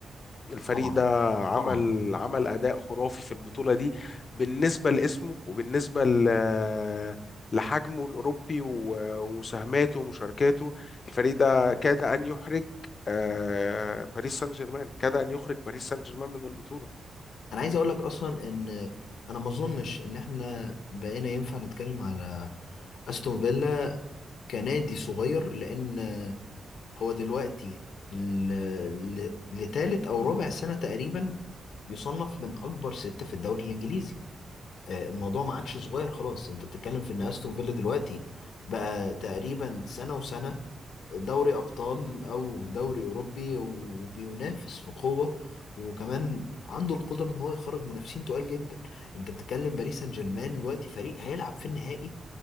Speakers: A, on the left; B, on the left.
A: الفريق
B: طبعا
A: ده عمل
B: طبعا
A: عمل أداء خرافي في البطولة دي بالنسبة لاسمه وبالنسبة ل- لحجمه الأوروبي و- ومساهماته ومشاركاته الفريق ده كاد أن يحرج آه، باريس سان جيرمان كاد أن يخرج باريس سان جيرمان من البطولة
B: انا عايز اقول لك اصلا ان انا ما اظنش ان احنا بقينا ينفع نتكلم على استون فيلا كنادي صغير لان هو دلوقتي ل- ل- لتالت او رابع سنة تقريبا بيصنف من اكبر ستة في الدوري الانجليزي آه، الموضوع ما عادش صغير خلاص انت بتتكلم في ان استون فيلا دلوقتي بقى تقريبا سنة وسنة دوري أبطال أو دوري أوروبي وبينافس في قوة وكمان عنده القدرة إن هو يخرج منافسين تقال جدا أنت بتتكلم باريس سان جيرمان دلوقتي فريق هيلعب في النهائي